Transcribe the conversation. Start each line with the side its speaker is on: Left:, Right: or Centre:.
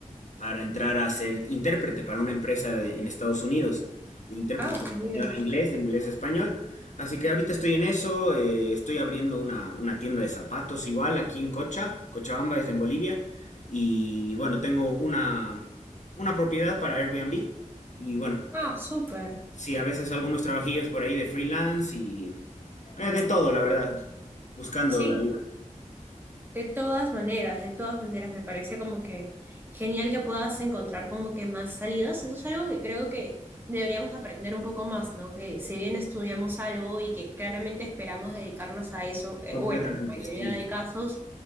Left: para entrar a ser intérprete para una empresa de- en Estados Unidos, de intérprete
Right: Ah,
Left: de
Right: genial.
Left: español a inglés, de inglés a español. Así que ahorita estoy en eso, eh, estoy abriendo una, una tienda de zapatos igual aquí en Cocha, Cochabamba es en Bolivia, y bueno, tengo una, una propiedad para Airbnb, y bueno,
Right: Ah, súper.
Left: sí, a veces algunos trabajillos por ahí de freelance y eh, de todo, la verdad, buscando
Right: Sí.
Left: la vida.
Right: De todas maneras, de todas maneras, me parece como que genial que puedas encontrar como que más salidas. Eso es algo que creo que deberíamos aprender un poco más, ¿no? Que si bien estudiamos algo y que claramente esperamos dedicarnos a eso, eh,
Left: Completamente,
Right: bueno, en la mayoría
Left: sí,
Right: de casos,